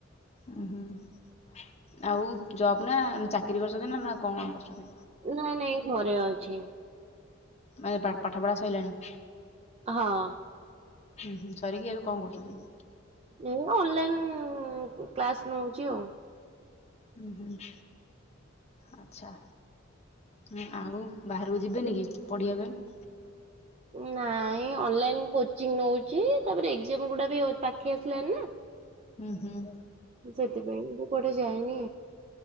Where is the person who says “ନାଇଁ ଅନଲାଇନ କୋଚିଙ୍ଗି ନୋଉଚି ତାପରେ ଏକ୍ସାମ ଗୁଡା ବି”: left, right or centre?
Right